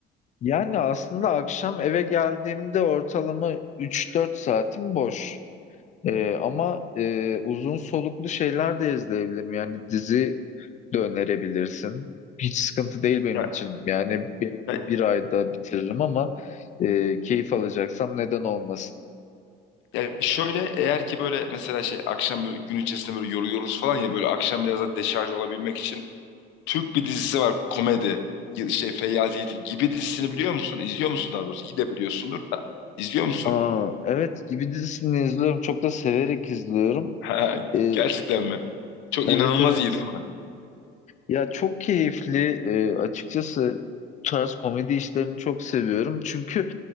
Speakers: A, on the left; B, on the left.
A: Yani aslında akşam eve geldiğimde ortalama üç dört saatim boş. Ee, ama e, uzun soluklu şeyler de izleyebilirim. Yani dizi de önerebilirsin. Hiç sıkıntı değil benim
B: Ya,
A: için. Yani belki
B: ya,
A: bir ayda bitiririm ama e, keyif alacaksam neden olmasın.
B: ya şöyle eğer ki böyle mesela şey akşam böyle gün içerisinde böyle yoruluyoruz falan ya böyle akşam biraz da deşarj olabilmek için Türk bir dizisi var komedi Y- şey Feyyaz Yiğit'in gibi dizisini biliyor musun? İzliyor musun daha doğrusu? İyi de biliyorsundur da. İzliyor musun?
A: Aa, evet gibi dizisini izliyorum. Çok da severek izliyorum.
B: Ha,
A: Ee,
B: gerçekten mi? Çok
A: evet
B: inanılmaz
A: evet
B: iyi değil mi?
A: Ya çok keyifli e, açıkçası bu tarz komedi işlerini çok seviyorum. Çünkü